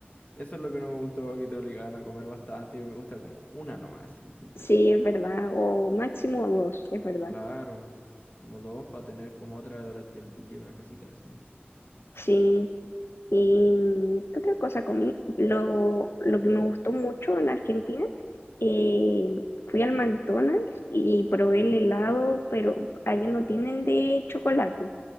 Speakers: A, on the left; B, on the left.
A: Eso es lo que no me gustó, que te obligaban a comer bastante. Y me gusta como una nomás. Y, y-
B: Sí, es verdad. O máximo dos, es verdad.
A: claro. Como dos para tener como otra durante el día, una cosita así.
B: Sí, Y mm, ¿qué otra cosa comí? Lo, lo que me gustó mucho en Argentina, eh, fui al McDonald's y probé el helado, pero allá no tienen de chocolate,